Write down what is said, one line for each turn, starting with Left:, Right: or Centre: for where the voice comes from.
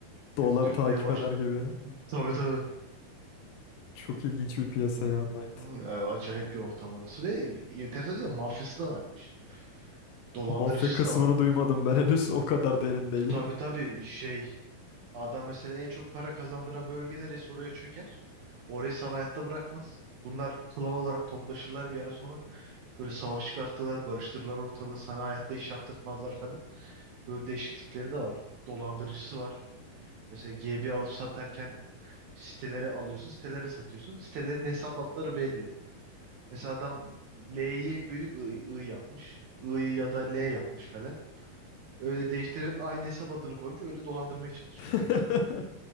Left: Dolar
Right: Dürtmeye
Left: takip
Right: başladı.
Left: eder gibi.
Right: Tabii tabii.
Left: Çok ilginç bir piyasa
Right: Hı,
Left: ya Knight.
Right: hı. Ya, acayip bir ortam orası. Ve enteresan bir de mafyası da var bu işin. Dolandırıcısı
Left: Mafya kısmını
Right: da var.
Left: duymadım ben henüz o kadar derin değilim.
Right: Tabii tabii şey Adam mesela en çok para kazandıran bölge neresi oraya çöker. Orayı sana hayatta bırakmaz. Bunlar klan olarak toplaşırlar bir ara sonra. Böyle savaş çıkartırlar, karıştırırlar ortalığı. Sana hayatta iş yaptırtmazlar falan. Böyle değişik tipleri de var. Dolandırıcısı var. Mesela GB alıp satarken sitelere alıyorsun, sitelere satıyorsun. Sitelerin de hesap hatları belli. Mesela adam L'yi büyük I, I yapmış. I'yı ya da L yapmış falan. Öyle değiştirerek aynı hesap adını koymuş. Öyle dolandırmaya çalışıyor.
Left: <laughs>